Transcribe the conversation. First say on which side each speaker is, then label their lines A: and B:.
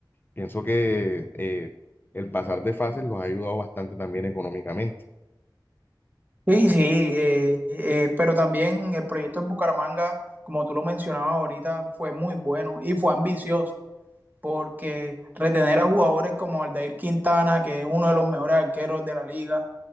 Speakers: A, on the left; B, on the right.
A: Pienso que eh, el pasar de fases los ha ayudado bastante también económicamente.
B: Sí, sí, eh, eh, pero también el proyecto en Bucaramanga, como tú lo mencionabas ahorita, fue muy bueno y fue ambicioso. porque retener a jugadores como Aldair Quintana, que es uno de los mejores arqueros de la liga,